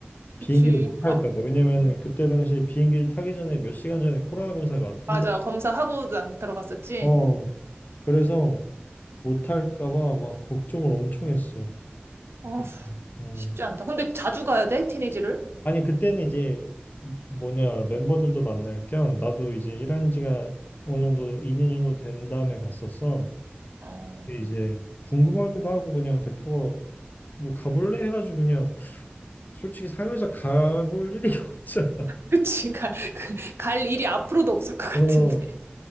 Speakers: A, on the right; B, on the left.
A: 그치.
B: 비행기를 못 탈까봐.
A: 아,
B: 왜냐면은, 그때 당시에 비행기를 타기 전에 몇 시간 전에 코로나 검사를 맡은다.
A: 맞아. 검사하고 난 들어갔었지?
B: 어. 그래서, 못 탈까봐 막 걱정을 엄청 했어.
A: 어,
B: 그, 어.
A: 쉽지 않다. 근데 자주 가야 돼? 티네이지를?
B: 아니, 그때는 이제 뭐냐, 멤버들도 만날 겸 나도 이제 일한 지가 어느 정도 2년 정도 된 다음에 갔었어.
A: 어,
B: 근데 이제 궁금하기도 하고 그냥 대표가 뭐 가볼래 해가지고 그냥 솔직히 살면서 가볼 일이 <laughs> 없잖아.
A: 그치. <laughs> 갈, 그, 갈 일이 앞으로도 없을 것 같은데.
B: 어.